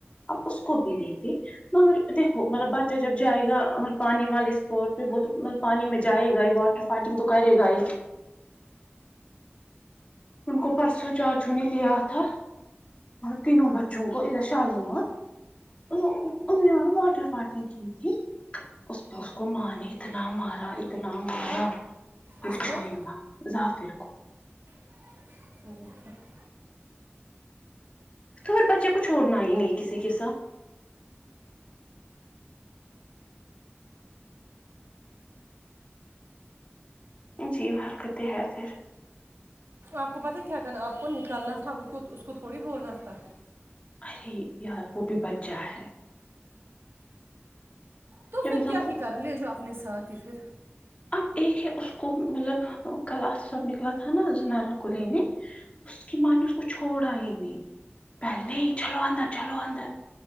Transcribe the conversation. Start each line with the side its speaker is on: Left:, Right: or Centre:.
Left: اب اس کو بھی لیےتے مگر دیکھو مطلب بچہ جب جائے گا م پانی والے اسپاٹ پہ وہ تو مطلب پانی میں جائے گا ہی واٹر فائٹنگ تو کرے گا ہی ان کو پرسوں چاچو نے لیا تھا تینوں بچوں کو ادھر شالیمار وہ نے وہاں بھی واٹر پارٹی کی تھی اس پر اس کو مار اتنا مارا اتنا مارا پوچھو
Right: کس کو
Left: ہی مت ظفیر کو
Right: ج
Left: تو بچے کو چھوڑنا ہی نہیں ہے کسی کے ساتھ جی برکتیں ہے پھر
Right: آپ کو پتاہ کیا کرنا آپ کو نکالنا تھا کو اس کو تھوڑی بولنا تھا
Left: ارے یار وہ بھی بچہ ہے
Right: تو
Left: جب
Right: پھر کیا ہی کر لے جاؤ اپنے ساتھ ہی پھر
Left: اب ایک ہے اس کو مطلب کل آ سب نکلا تھا نا زنارا کو لینے اس کی ماں نے اس کو چھوڑا ہی نہیں پہل نہیں چلو اندر چلو اندر